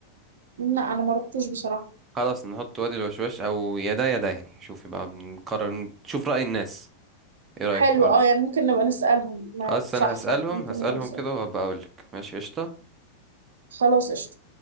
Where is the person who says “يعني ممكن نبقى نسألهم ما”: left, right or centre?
Right